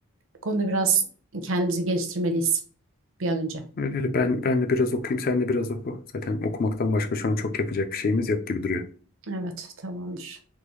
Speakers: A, on the right; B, on the left.
A: Bu konuda biraz kendimizi geliştirmeliyiz bir an önce.
B: Öyle ben ben de biraz okuyayım, sen de biraz oku. Zaten okumaktan başka şu an çok yapacak bir şeyimiz yok gibi duruyor.
A: Evet, tamamdır.